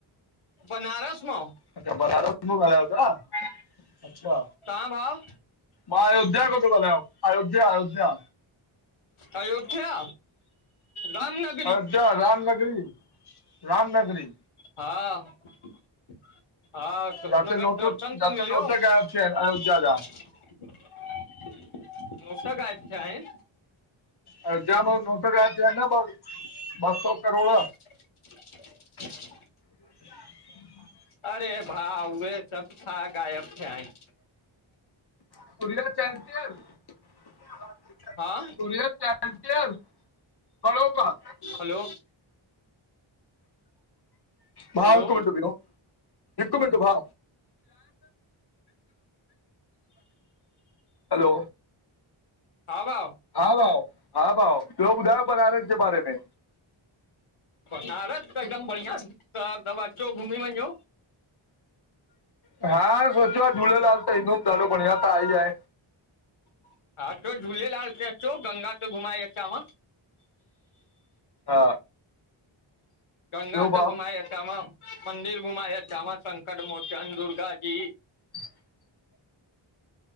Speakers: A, on the left (about 80°); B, on the left (about 50°).
A: बनारस मां।
B: अचछा बनारस मां ॻाल्हायो था, अछा।
A: तव्हां भाउ
B: मां अयोध्या खां थो ॻाल्हायां, अयोध्या अयोध्या।
A: अययोथ्या रामनगर?
B: अयोध्या रामनगरी रामनगरी।
A: हा हा, घट
B: जिते
A: में घट
B: नोट
A: दर्शन
B: जिते
A: त मिलियो।
B: नोट
A: नोट
B: गायब थिया आहिनि अयोध्या जा
A: गायब दिया आहिनि।
B: अयोध्या में नोट गायब थीया आहिनि, ॿ सौ करोड़।
A: <inaudible> <inaudible>
B: <inaudible>
A: अरे भा, उहे सभ छा ग़ायब थिया आहिनि
B: <unintelligible>
A: हा
B: <unintelligible>
A: हलो
B: भा,
A: हलो
B: हिक मिंट भियो। हिकु मिंट भा हलो
A: हा भाउ
B: हा भाऊ, हा भाऊ, ॿियो ॿुधायो बनारस जे बारे में।
A: बनारस त हिकदम बढ़िया, सब अचो घुमी वञो।
B: हा! सोचियो झूलेलाल त ईंदुमि ॾाढो बढ़िया त आह ही आहे।
A: हा,, अचो झूलेलाल ते अचो, गंगा ते घुमाए अचांव।
B: हा
A: गंगा
B: ॿियो
A: त
B: भाउ
A: घुमाऐ अच व। मंदिर घुमाऐ अचाव संकट मोचन, दुर्गा जी
B: <inaudible>